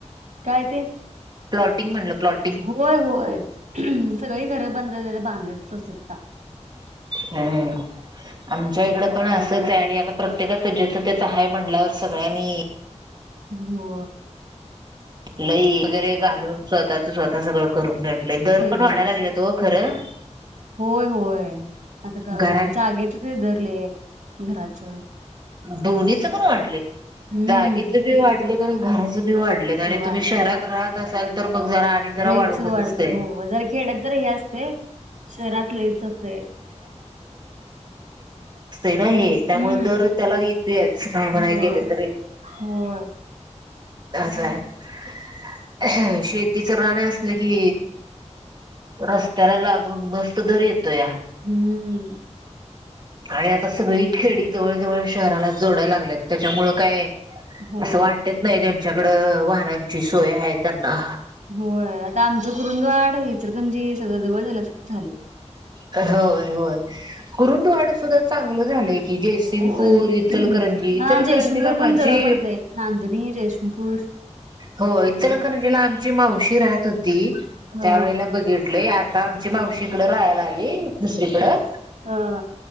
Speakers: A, on the right; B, on the right.
A: काय ते
B: प्लॉटिंग म्हणलं प्लॉटिंग
A: होय होय सगळी घर बंद बांध सोससेात
B: हम् आमच्या इकड पण अस आणि आता प्रत्येकाच ज्याच त्याच हाय म्हणल्यावर सगळ्यांनी
A: हो
B: लई वगैरे घालून स्वतःच स्वतः सगळं करून घ दर
A: केलेलंस
B: पण वाढाय लागल्यात ओ खरं
A: होय होय आता का
B: घरां
A: जागेचच उभारलय घराच
B: दोनी तर वा वा
A: हम्म
B: घरा ते बी वाढल्यात आणि
A: वाढ
B: तुम्ही शहरात राहत आसाल तर मग आणि जरा
A: लईच
B: वाढवूनच
A: वाढते
B: असतंय
A: हो जरा खेड्यात जरा हे असते शहरात लईच असते
B: हे त्यामुळे
A: हम्म
B: दर त्याला येतूयाच काय म्हणाय
A: होय
B: गेले तरं
A: होय
B: का असा अंह़ह शेतीचं राहणं असलं की रस्त्याला लागून मस्त दर येतोया
A: हम्म
B: आणि आता सगळी खेडी जवळ जवळ शहराला जोडाय लागल्यात त्याच्यामुळं काय
A: होय
B: असं वाटत नाही ज च्याकड वा ची सोय हाय त्यांना
A: होय आता आमचं कुरुंदवाड इचलकरंजी सगळं जवळ झाल्यासारखं झालंय
B: कहय होय कुरुंदवाड सुद्धा चांगलं झालं की जयसिंगपूर
A: होय.
B: इचलकरंजी इचलकरंजीला
A: हा जयसिंगपूर पण
B: माझी
A: जवळ पडतय नांदणी जयसिंगपूर
B: हो
A: सगळं
B: इचलकरंजीला
A: जवळ
B: आमची मावशी राहत हो ती
A: हा
B: त्यावेेळेला बघितलंय आता मावशीकडं राह्यला अे दुसरीकडं
A: हा